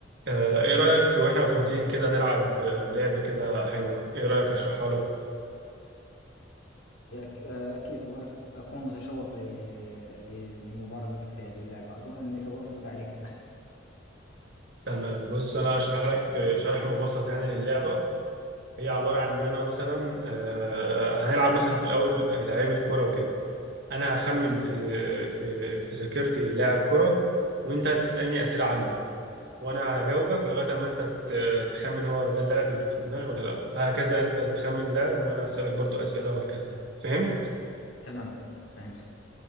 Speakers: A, on the right; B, on the left.
A: آه، ايه رأيك واحنا فاضيين كده نلعب آه، لعبة كده حلوة ايه رأيك اشرحها لك
B: هي أك- أكيد سوف أت- أكون متشوق ل- ل- لمبارزتك في هذه اللعبة أظن أني سوف أفوز عليك في الأخير
A: تمام بص انا هشرح لك آه، شرح مبسط يعني للعبة هي عبارة عن ان انا مثلا آه، هنلعب مثلا في الاول آه، لعيبة كورة وكده انا هخمن
B: تم
A: في في في ذاكرتي لاعب كورة وانت هتسألني أسئلة عنه وانا هجاوبك لغاية ما انت ت- تخمن هو ده اللاعب اللي في دماغي ولا لا هكذا انت تخمن لاعب وانا هسألك برضو أسئلة وهكذا فهمت
B: تمام فهمت